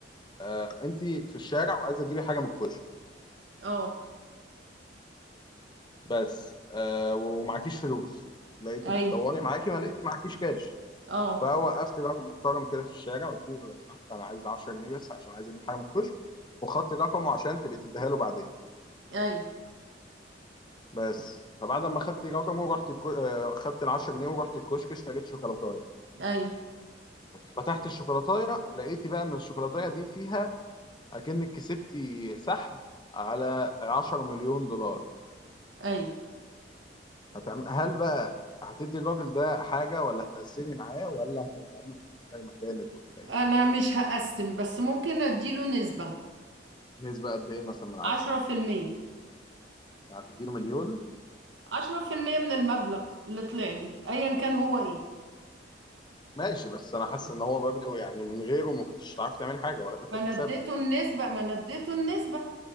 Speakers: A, on the left; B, on the right.
A: آه، انت في الشارع وعايزه تجيبي حاجه من الكشك
B: اه
A: بس آه، ومعكيش فلوس لقيتي
B: اي
A: بتدوري معاكي ما لقيتي معكيش كاش
B: اه
A: فوقفت راجل محترم كده في الشارع قلت له لو سمحت انا عايز 10 جنيه بس عشان عايز اجيب حاجه من الكشك وخدت رقمه عشان تبقي تديها له بعدين
B: اي
A: بس فبعد ما خدت رقمه ورحت الكو... آه، خدت ال 10 جنيه ورحت الكشك اشتريت شوكولاتايه
B: اي
A: فتحت الشوكولاتايه لقيتي بقى ان الشوكولاتايه دي فيها اكنك كسبتي سحب على 10 مليون دولار
B: اي
A: هتعم... هل بقى هتدي الراجل ده حاجه ولا هتقسمي معاه ولا هترجعي له فلوسه زي ما كانت ولا ايه؟
B: انا مش هقسم بس ممكن اديله نسبة
A: نسبه قد ايه مثلا من 10
B: عشرة في المية
A: يعني هتدي له مليون
B: عشرة في المية من المبلغ اللي طلع لي ايا كان هو ايه
A: ماشي بس انا حاسس ان هو برضه يعني من غيره ما كنتش هتعرفي تعملي حاجه ولا كنت
B: ما
A: هتكسبي
B: انا اديته النسبة ما انا اديته النسبة